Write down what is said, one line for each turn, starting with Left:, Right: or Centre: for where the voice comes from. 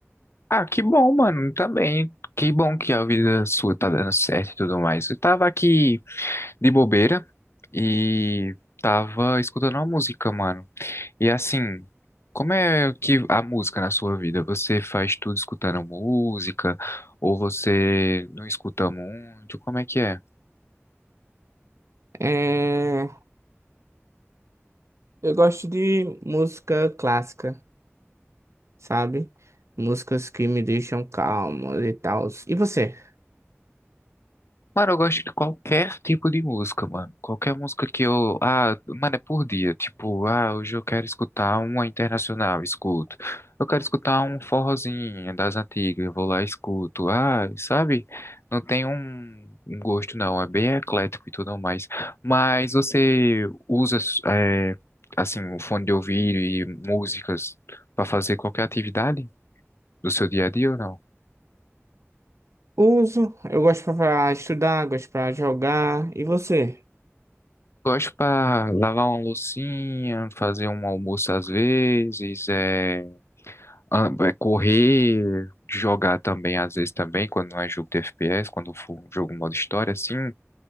Left: Ah, que bom, mano, também. Que bom que a vida sua tá dando certo e tudo mais. Eu tava aqui de bobeira e tava escutando uma música, mano. E assim, como é que a música na sua vida? Você faz tudo escutando música ou você não escuta muito? Como é que é?
Right: É, eu gosto de música clássica, sabe? Músicas que me deixam calmo e tal. E você?
Left: Mano, eu gosto de qualquer tipo de música, mano. Qualquer música que eu. Ah, mano, é por dia. Tipo, ah, hoje eu quero escutar uma internacional, escuto. Eu quero escutar um forrozinho das antigas, eu vou lá e escuto. Ah, sabe? Não tem um, um gosto, não. É bem eclético e tudo mais. Mas você usa, é, assim, o fone de ouvido e músicas pra fazer qualquer atividade do seu dia a dia ou não?
Right: Uso, eu gosto pra pra estudar, gosto pra jogar. E você?
Left: Gosto para lavar uma loucinha, fazer um almoço às vezes, é, an- é correr, jogar também às vezes também, quando não é jogo de FPS, quando for um jogo modo história, assim.